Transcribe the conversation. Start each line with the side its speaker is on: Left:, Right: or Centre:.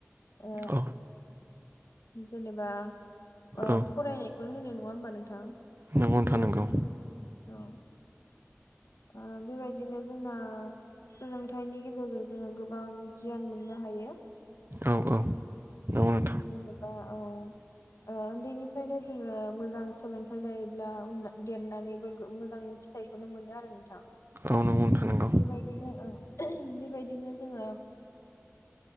Left: ओ
Right: औ
Left: जेनेबा ओ
Right: औ
Left: फरायनायखौनो होनो नंङा बा नोंथां
Right: नंगौ नोंथां नंगौ
Left: औ ओ बेबायदिनो जोंना सोलोंथाइनि गेजेरजों जोङो गोबां गियान मोननो हायो
Right: औ औ नंगौ नोंथां
Left: जेनेबा औ ओ उन्दैनिफ्रायनो जोङो मोजां सोलोंथाइ लायोब्ला उना देरनानैबो मोजां फिथाइखौनो मोनो आरो नोंथां
Right: औ नंगौ नोंथां नंगौ
Left: बेबायदिनो ओ बेबायदिनो जोङो